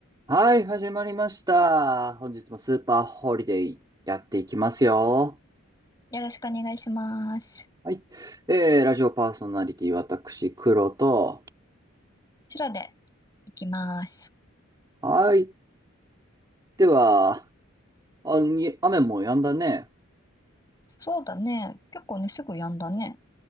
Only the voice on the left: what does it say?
よろしくお願いします。
白で行きます。
そうだね。結構ね、すぐやんだね。